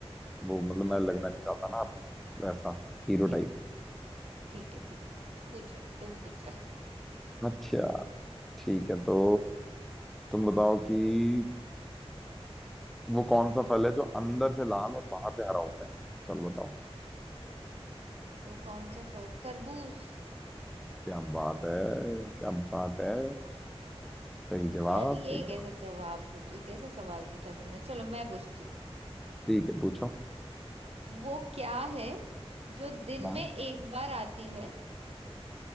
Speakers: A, in the centre; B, on the right.
A: वो मतलब
B: हम्म
A: मैं लगना नहीं चाहता ना अब वैसा हीरो
B: ठीक
A: टाइप
B: है ठीक है ठीक है पूछो तुम पूछो <laughs>
A: अच्छा ठीक है तो तुम बताओ कि वो कौन सा फल है जो अंदर से लाल और बाहर से हरा होता है चलो बताओ
B: वो कौन सा फल तरबूज
A: क्या बात है क्या बात है सही जवाब
B: यार ये
A: सही जवाब
B: कैसा जवाब पूछ कैसा सवाल पूछा तुमने चलो मैं पूछती हूँ
A: ठीक है पूछो
B: वो क्या है जो दिन
A: हाँ
B: में एक बार आती है